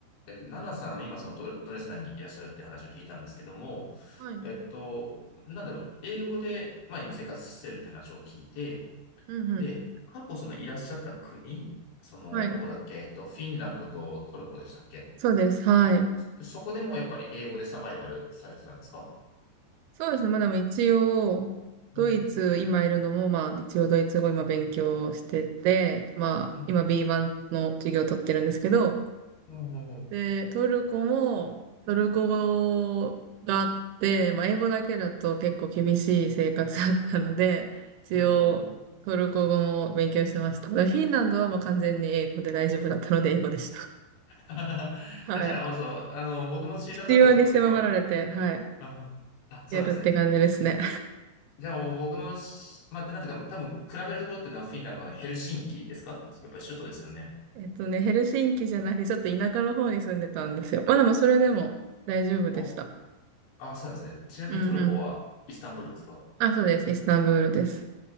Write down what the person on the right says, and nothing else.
はい。うん
うん。
はい。
そうです。はい。
そうですね。まあでも一応、ドイツ、
今いるのも、まあ一応ドイツ語今勉強してて、まあ今
B1 の授業を取ってるんですけど、
で、トルコも、トルコ語があって、まあ英語だけだと結構厳しい生活だったので、一応トルコ語も勉強してました。
でフィンランドはもう完全に英語で大丈夫だったので英語でした。
はい。
必要に迫られて、はい。
やるって感じですね。
<laughs> えっとね、ヘルシンキじゃなくて、ちょっと田舎の方に住んでたんですよ。まあでもそれでも大丈夫でした。
うんうん。あ、そうです。イスタンブールです。